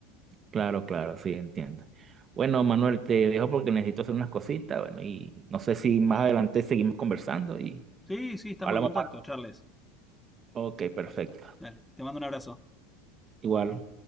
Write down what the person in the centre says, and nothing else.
Sí, sí, estamos
en contacto,
Charles.
Dale, te mando un abrazo.